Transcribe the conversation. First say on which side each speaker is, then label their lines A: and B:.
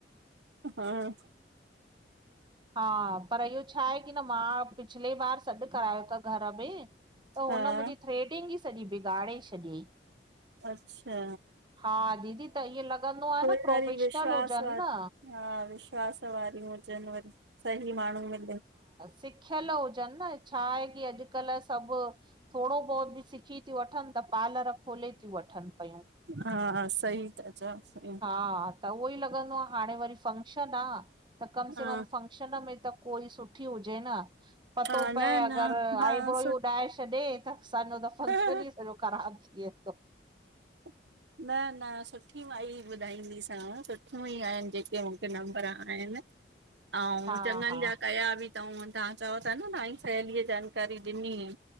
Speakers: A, on the right; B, on the right.
A: हां।
B: हा पर इहो छा आहे कि न मां पिछले बार सॾु करायो त घर में त
A: हा
B: हुन मुहिजी थ्रेडिग ई सॼी बिगाड़े छॾियाईं।
A: अच्छा
B: हा दीदी त ईअं लॻंदो आ
A: कोई
B: न प्रोफेशनल
A: वरी विश्वास
B: हुजन
A: वार
B: न।
A: हा विश्वास वारियूं हुजन वरी, सही माण्हू मिले।
B: सिखयल हुजन न छा आहे कि अॼुकल्ह सभु थोरो बहुत बि सिखी थियू वठन त पार्लर खोले थियू वठन पयूं।
A: हा सही था चओ सही।
B: हा त उहो ई लगंदो आ, हाणे वरी फंक्शन आ त कम
A: हा
B: से कम फं <unintelligible> मे त कोई सुठी हुजे न। पतो
A: हा
B: पए
A: न
B: अगर
A: न मां
B: आईब्रो ई
A: सु
B: उॾाए छॾे त असाजो त फक्शन
A: न
B: ई सॼो ख़राब थी वेदो।
A: <inaudible> न न सुठी माई ॿुधाईं दी साव सुठियू ई आहिन जेके मूखे नंबर आहिन।
B: <inaudible>
A: ऐं चॻनजा
B: हा
A: कया बि तऊ तव्हा चओ था न तव्हाजी सहेलीअ जानकारी ॾिनी।